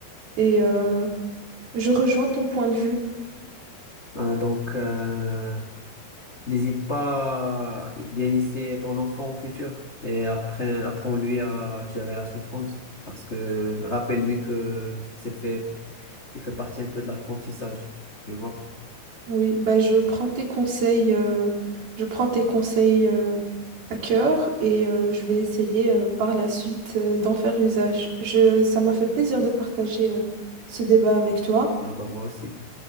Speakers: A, on the right; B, on the left.
A: Et euh, je rejoins ton point de vue.
B: Euh, donc, euh, N'hésite pas à bien initier ton enfant au futur et apprends, apprends-lui à gérer la souffrance. Parce que rappelle-lui que c'est fait, il fait partie un peu de l'apprentissage. Tu vois?
A: Oui, bah je prends tes conseils, euh, je prends tes conseils euh, à cœur et euh, je vais essayer euh, par la suite euh, d'en faire usage. Je, ça m'a fait plaisir de partager euh, ce débat avec toi.
B: Ah bah moi aussi.